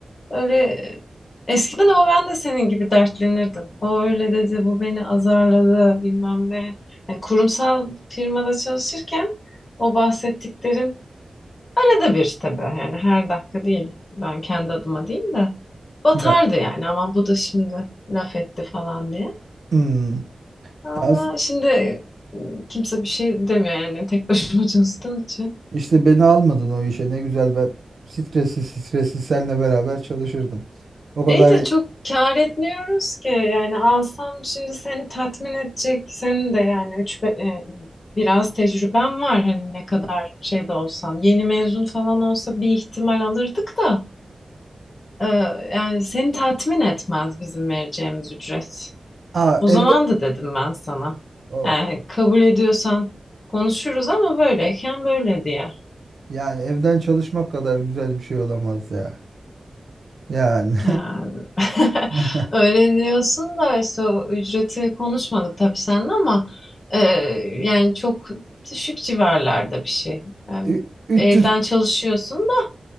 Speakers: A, on the left; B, on the right.
A: öyle e, eskiden ama ben de senin gibi dertlenirdim. O öyle dedi, bu beni azarladı bilmem ne. Yani kurumsal firmada çalışırken o bahsettiklerin Arada bir tabii yani her dakika değil. Ben kendi adıma değil de batardı
B: Ya,
A: yani ama bu da şimdi laf etti falan diye.
B: hmm.
A: Ama
B: Ya s-
A: şimdi e, kimse bir şey demiyor yani tek başıma <laughs> çalıştığım için.
B: işte beni almadın o işe. Ne güzel ben stresli stresli seninle beraber çalışırdım. O kadar
A: İyi de çok kâr etmiyoruz ki yani alsam şimdi seni tatmin edecek senin de yani üç, be- e, biraz tecrüben var hani ne kadar şey de olsan yeni mezun falan olsa bir ihtimal alırdık da e, yani seni tatmin etmez bizim vereceğimiz ücret.
B: Aa,
A: O
B: evde
A: zaman da dedim ben sana.
B: of
A: Yani kabul ediyorsan konuşuruz ama böyleyken böyle diye.
B: yani evden çalışmak kadar güzel bir şey olamaz ya. Yani
A: Yani <laughs>
B: <laughs>
A: öyle diyorsun da işte o ücreti konuşmadık tabii seninle ama e, yani çok düşük civarlarda bir şey. Yani
B: Ü- 300
A: evden çalışıyorsun da